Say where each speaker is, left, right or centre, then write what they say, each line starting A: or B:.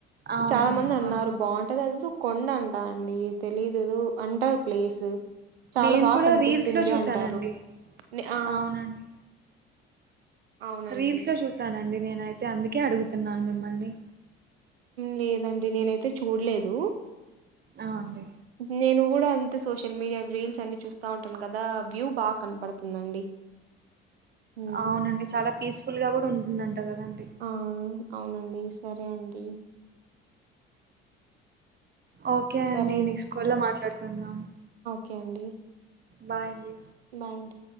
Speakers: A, on the right; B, on the right.
A: అవునవును
B: చాలా మంది అన్నారు
A: ఆ
B: బాగుంటది అది కొండంటా అండి తెలీదుదు అంటర్ ప్లేస్ చాలా
A: నేను
B: బాగా
A: కూడా
B: కనిపిస్తుంది
A: రీల్స్ లో చూసానండి
B: అంటారు ఆ
A: అవునండి
B: అవునండి
A: రీల్స్ లో చూసానండి నేనైతే అంద కే అడుగుతున్నారు మిమ్మల్ని
B: లేదండి నేనైతే చూడలేదు
A: ఆ అండి
B: నేను కూడా అంతే సోషల్ మీడియా రీల్స్ అన్ని చూస్తా ఉంటాను కదా వ్యూ బాగా కనపడుతుందండి హ్మ్.
A: అవునండి చాలా పీస్ఫుల్ గా కూడా ఉంటుంద ంట కదండి
B: ఆ అవునండి సరే అండి
A: ఓకే
B: సరే
A: అండి నెక్స్ట్ కాల్ లో మాట్లాడుకుందాం
B: కేండి
A: బాయ్ అండి
B: మైండ్